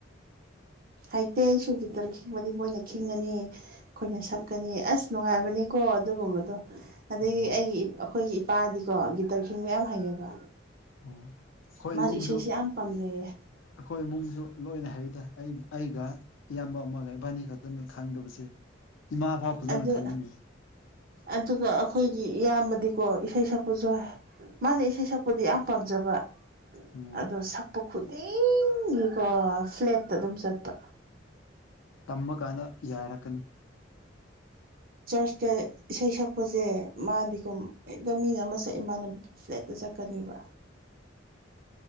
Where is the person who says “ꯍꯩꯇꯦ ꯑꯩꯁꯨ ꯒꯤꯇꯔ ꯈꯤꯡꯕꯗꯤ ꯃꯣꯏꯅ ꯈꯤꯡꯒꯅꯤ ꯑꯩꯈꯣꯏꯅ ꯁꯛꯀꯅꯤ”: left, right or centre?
Right